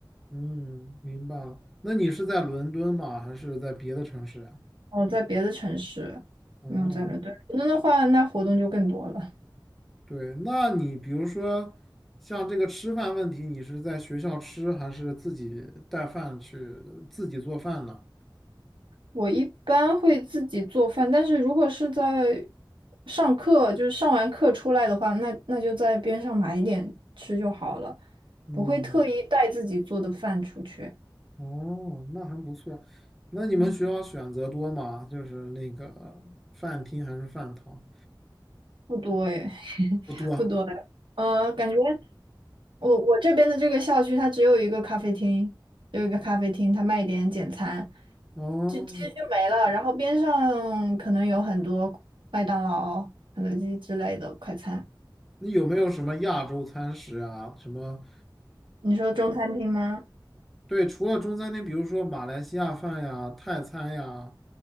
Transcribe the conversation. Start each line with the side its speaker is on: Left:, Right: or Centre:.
Centre: 嗯，明白了。那你是在伦敦吗？还是在别的城市呀？
Right: 我在别的城市，
Centre: 哦，
Right: 没有在伦敦。伦敦的话，那活动就更多了。
Centre: 对，那你比如说像这个吃饭问题，你是在学校吃还是自己带饭去自己做饭呢？
Right: 我一般会自己做饭，但是如果是在上课，就是上完课出来的话，那那就在边上买一点吃就好了，
Centre: 嗯。
Right: 不会特意带自己做的饭出去。
Centre: 哦，那还不错。那你们学校选择多吗？
Right: 嗯，
Centre: 就是那个饭厅还是饭堂？
Right: 不多哎，<laughs>
Centre: 不多。
Right: 不多哎，呃，感觉我我这边的这个校区，它只有一个咖啡厅，只有一个咖啡厅，它卖一点简餐，
Centre: 哦，
Right: 就其实就没了。然后边上可能有很多麦当劳、肯德基之类的快餐。
Centre: 那有没有什么亚洲餐食呀？什么？
Right: 你说中餐厅吗？
Centre: 对，除了中餐厅，比如说马来西亚饭呀、泰餐呀、